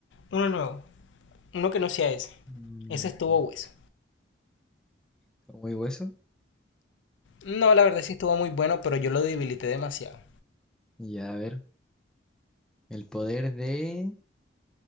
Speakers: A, on the left (about 80°); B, in the centre.
A: Uno nuevo. Uno que no sea ese.
B: Bueno,
A: Ese estuvo hueso.
B: está muy hueso.
A: No, la verdad sí estuvo muy bueno, pero yo lo debilité demasiado.
B: Ya, a ver. El poder de